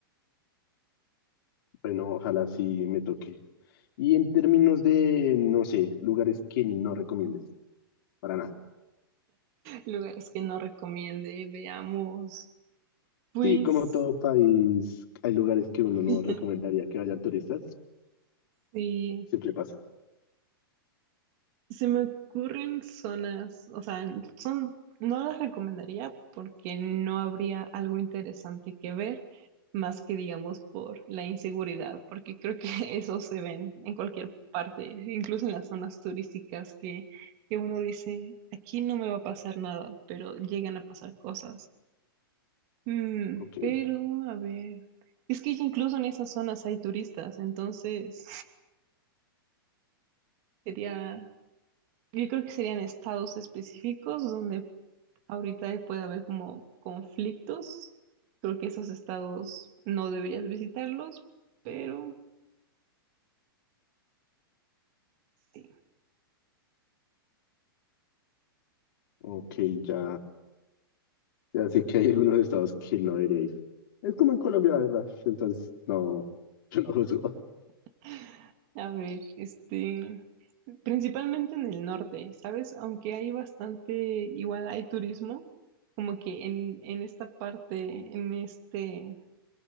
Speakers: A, on the left; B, on the right.
A: Bueno, ojalá sí me toque. Y en términos de, no sé, lugares que no recomiendes, para nada.
B: Lugares que no recomiende, veamos. Pues
A: Sí, como todo país, hay lugares que uno
B: <laughs>
A: no recomendaría que vayan turistas.
B: sí,
A: Siempre pasa.
B: se me ocurren zonas, o sea, son, no las recomendaría porque no habría algo interesante que ver, más que digamos por la inseguridad, porque creo que <laughs> eso se ven en cualquier parte, incluso en las zonas turísticas que, que uno dice, aquí no me va a pasar nada, pero llegan a pasar cosas. Mm,
A: Ok,
B: pero, a ver, es que incluso en esas zonas hay turistas, entonces <laughs> sería Yo creo que serían estados específicos donde ahorita puede haber como conflictos. Creo que esos estados no deberías visitarlos, pero sí.
A: ok, ya, ya sé que hay algunos estados que no debería ir. Es como en Colombia, la verdad. Entonces, no, <laughs> yo no juzgo.
B: <laughs> A ver, este, principalmente en el norte, ¿sabes? Aunque hay bastante, igual hay turismo, como que en, en esta parte, en este